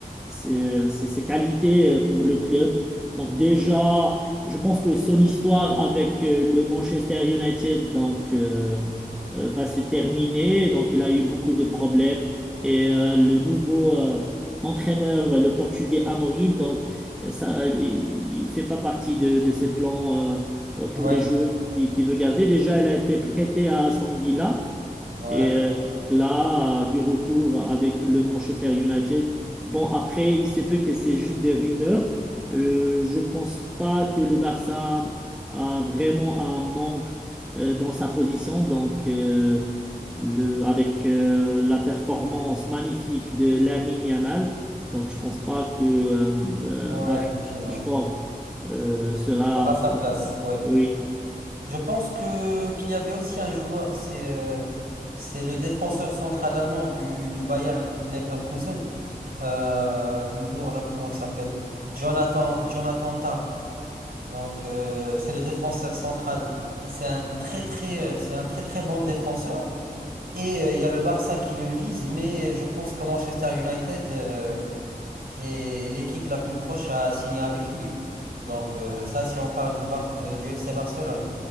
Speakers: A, in the centre; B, on the right.
A: ses- euh, ses- ses qualités euh, pour le club. Donc, déjà, je pense que son histoire avec euh, le Manchester United donc, euh, euh, va se terminer. Donc, il a eu beaucoup de problèmes. Et euh, le nouveau euh, entraîneur, euh, le Portugais Amorim, donc, euh, ça, il ne fait pas partie de, de ses plans euh, euh,
B: Ouais.
A: pour les joueurs qu'il qui veut garder. Déjà, il a été prêté à Aston Villa.
B: Ouais.
A: Et euh, donc là, euh, du retour avec le Manchester United. Bon, après, il se peut que c'est juste des rumeurs. Euh, je pense pas que le Barça a vraiment un manque euh, dans sa position. Donc, euh, le, avec euh, la performance magnifique de Lamine Yamal, donc je pense pas que euh, euh,
B: Ouais,
A: Marcus
B: effectivement.
A: Rashford euh, sera,
B: Aura sa place, ouais.
A: oui,
B: Je pense que qu'il y avait aussi un joueur, c'est euh, c'est le défenseur central allemand du, du Bayer Leverkusen. Euh, le joueur là, comment il s'appelle? Jonathan Jonathan Tah. Donc euh, c'est le défenseur central. C'est un très très euh, c'est un très très bon défenseur. Et euh, il y a le Barça qui le vise, mais je pense que Manchester United euh, et l'équipe la plus proche a signé avec lui. Donc euh, ça, si on parle du, Bar- euh, du FC Barcelone.